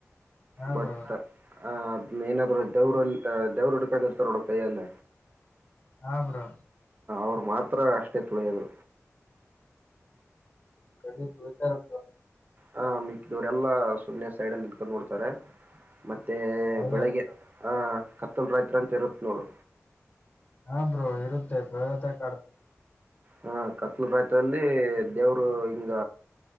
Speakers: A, on the left (about 35°); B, on the right (about 35°).
A: ಹಾ
B: ಬಟ್
A: ಬ್ರೋ
B: ಆ ಏನಾದ್ರರು ದೇವ್ರಲ್ಲಿ ದೇವ್ರ ಹಿಡ್ಕೊಂಡ ಇರ್ತಾರೋ ಕೈಯಲ್ಲ
A: ಹಾ ಬ್ರೋ
B: ಅವರು ಮಾತ್ರ ಅಷ್ಟೇ ತುಳೆಯರು
A: ಕಡಿತುತಾರೆ
B: ಹಾ ಮಿಕ್ಕಿದವರೆಲ್ಲಾ ಸುನ್ಸೈಡ್ ಅಲ್ಲಿ ನಿಕೊಂಡು ನೋಡ್ತಾರೆ ಮತ್ತೆ
A: ಹೌದಾ
B: ಬೆಳಗ್ಗೆ ಹ ಕತ್ತಲ್ ರಾಯತ್ರಿ ಅಂತ ಇರುತ್ ನೋಡು
A: ಹಾ ಬ್ರೋ ಇರುತ್ತೆ ಬೇವತ ಕಾಡ್ತಾರೆ
B: ಹಾ ಕತ್ಲ ಪ್ರಾಯತ್ರದಲ್ಲಿ ದೇವರು ಹಿಂಗ